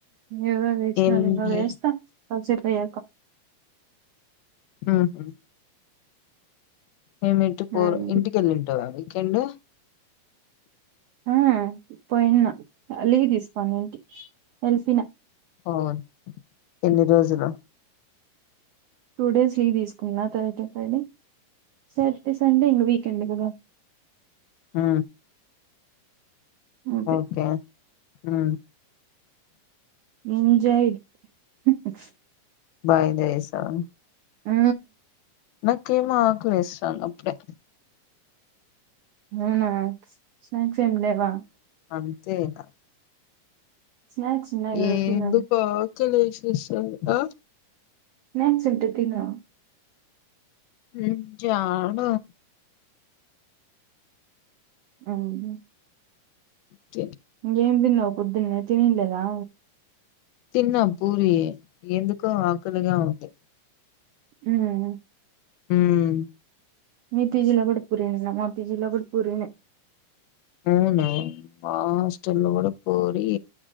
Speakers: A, on the right; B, on the left.
A: ఇవ వస్ినం
B: ఏమి
A: వేస్తా కాసేపయాక
B: ఆ హా మేమింటి పోరు
A: ఉమ్.
B: ఇంటిక వెళ్ళింటావా వీకెండ్
A: ఆ పోయినా లీవ్ తీసుకోని ఇంట్ ఎల్సిన
B: అవున్ ఎన్ని రోజులు
A: టుడేస్ లీవ్ తీసుకున్న త్ర్సడే ఫ్రైడే. సాటర్డే సండే ఇంగా వీకెండ్ కదా.
B: ఆ
A: అంతే
B: ఓకే ఆ
A: ఎంజాయ్ మ్మ్
B: వాయిదా ఏసావా
A: ఆ
B: నాకేమో ఆకలేస్తంది అప్పుడే
A: మ్మ్ స్నాక్స్ ఏం లేవా
B: అంతే ఇక
A: స్నాక్స్ ఉన్నాయి కదా
B: ఏదు
A: తిను
B: పొతులు ఇశ్విస్తోందో
A: స్నాక్స్ ఉంటే తిను
B: మ్మ్ జాడ
A: అవును
B: చి
A: ఇంగేం తిన్నావ్ పొద్దున్నే తినిం లేదా‌.
B: తిన్న పూరి ఎందుకో ఆకలిగా ఉంది.
A: ఉమ్
B: ఉం
A: మీ పీజీలో కూడా పూరి తిన్నావా మా పీజీలో గూడా పూరీ నె
B: అవునా మా హాస్టల్ లో కూడా పూరీ